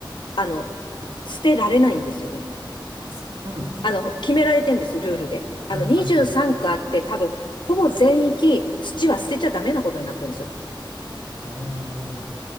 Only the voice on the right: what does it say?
はい。
あ、そうなんですか。
はいはいはい。
はあ。